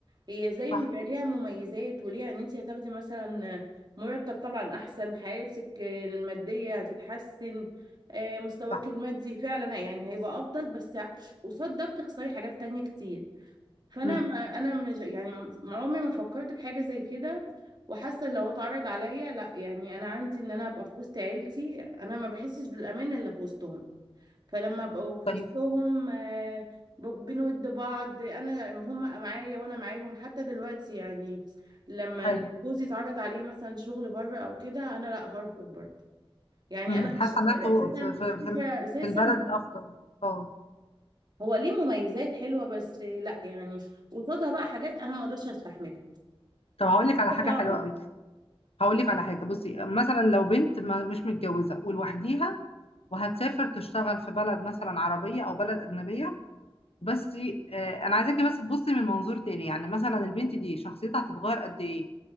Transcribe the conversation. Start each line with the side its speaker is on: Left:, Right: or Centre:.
Right: هي زي
Left: صح
Right: ما بيبقى ليها مميزات وليها ان انت هتاخدي مثلا مرتب طبعا احسن حياتك المادية هتتحسن آه، مستواك
Left: صح
Right: المادي فعلا يعني هيبقى افضل بس قصاد ده بتخسري حاجات تانية كتير فانا
Left: امم
Right: ما انا مش يعني ما عمري ما فكرت في حاجه زي كده وحاسه لو اتعرض عليا لا يعني انا عندي ان انا ابقى في وسط عيلتي انا ما بحسش بالامان الا في وسطهم فلما ابقى في
Left: طيب
Right: وسطهم آه، ب- بنود بعض انا هم معايا وانا معاهم حتى دلوقتي يعني لما
Left: حلو
Right: جوزي اتعرض عليه مثلا شغل بره او كده انا لا هرفض برضه يعني
Left: امم
Right: انا
Left: حاسة
Right: مش
Left: ان
Right: اساسا
Left: انتوا في في
Right: الفكره
Left: في
Right: اساسا
Left: في البلد افضل اه
Right: هو ليه مميزات حلوه بس لا يعني قصادها بقى حاجات انا ما اقدرش استحملها
Left: طب هقول لك على حاجة
Right: صعبة
Left: حلوة قوي هقول لك على حاجة بصي مثلا لو بنت ما مش متجوزة ولوحديها وهتسافر تشتغل في بلد مثلا عربية او بلد أجنبية بس آه، انا عايزاكي بس تبصي من منظور تاني يعني مثلا البنت دي شخصيتها هتتغير قد ايه